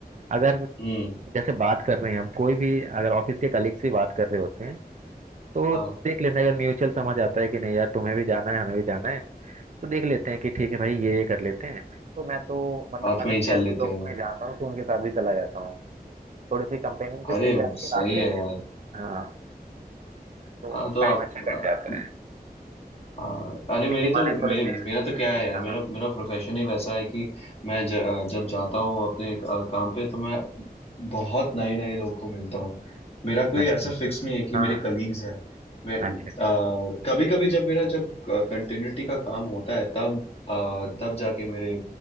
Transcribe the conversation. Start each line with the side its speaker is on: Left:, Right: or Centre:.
Right: अगर
Left: हम्म
Right: जैसे बात कर रहे हैं हम कोई भी अगर ऑफिस के कलीग्स ही बात कर रहे होते हैं तो
Left: हाँ
Right: देख लेते हैं अगर म्यूचुअल समझ आता है कि नहीं यार तुम्हें भी जाना है हमें भी जाना है तो देख लेते हैं कि ठीक है भाई ये ये कर लेते हैं तो मैं तो मतलब
Left: हाथ
Right: अगर
Left: में
Right: कैजुअल
Left: ही चल लेते
Right: लोग
Left: हैं
Right: को भी जानता हूँ तो उनके साथ भी चला जाता हूँ थोड़ी सी कंपेनियनशिप
Left: अरे
Right: मिल जाती
Left: सही
Right: है रास्ते
Left: है
Right: में
Left: यार
Right: हाँ तो
Left: हाँ तो
Right: टाइम
Left: आप
Right: अच्छा कट जाता है
Left: हाँ अरे मेरी
Right: इसी बहाने
Left: तो
Right: थोड़े
Left: मे,
Right: से
Left: मेरा तो क्या है यार
Right: हाँ
Left: मेरा मेरा प्रोफेशन ही वैसा है कि मैं ज, जब जाता हूँ अपने क- काम पे तो मैं बहुत नए नए लोग को मिलता हूँ मेरा कोई
Right: अच्छा
Left: ऐसा फिक्स नहीं है कि
Right: हाँ
Left: मेरे कलीग्स हैं मैं
Right: हाँ
Left: कभी कभी जब मेरा जब कंटिन्यूटी का काम होता है तब अ, तब जाके मेरे